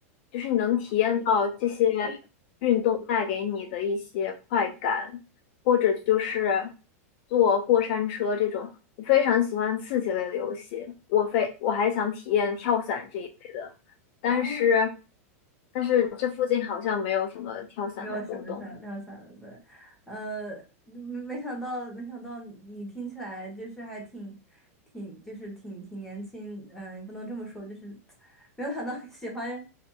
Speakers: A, on the left; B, in the centre.
A: 就是你能体验到这些
B: 哎
A: 运动带给你的一些快感，或者就是坐过山车这种，我非常喜欢刺激类的游戏。我非我还想体验跳伞这一类的。但是
B: 哦，
A: 但是这附近好像没有什么跳伞的活动。
B: 没有什么想有想的，对，呃，嗯没想到没想到你听起来就是还挺挺就是挺挺年轻，嗯、也不能这么说，就是 <tsk> 没有想到喜欢